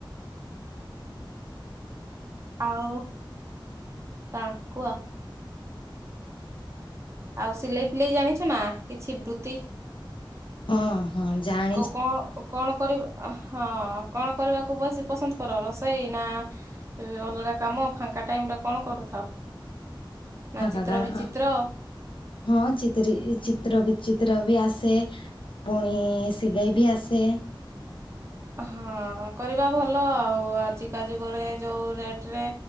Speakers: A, on the right; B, on the left.
A: ଆଉ, କଣ କୁହ? ଆଉ ସିଲେଇ ଫିଲେଇ ଜାଣିଛ ନା, କିଛି ବୃତ୍ତି?
B: ହଁ ହଁ, <unintelligible>
A: <unintelligible> କଣ କରିବ, ହଁ କଣ କରିବାକୁ ବେଶି ପସନ୍ଦ କର, ରୋଷେଇ ନା ଏ ଅଲଗା କାମ, ଫାଙ୍କା ଟାଇମରେ କଣ କରୁଥାଅ? ନା
B: ଫାଙ୍କା
A: ଚିତ୍ର
B: କାମ
A: ବିଚିତ୍ର?
B: ହଁ ଚିତିରି, ଚିତ୍ର ବିଚିତ୍ର ବି ଆସେ। ପୁଣି, ସିଲେଇ ବି ଆସେ।
A: ହଁ କରିବା ଭଲ ଆଉ, ଆଜିକା ଯୁଗରେ ଯୋଉ ରେଟରେ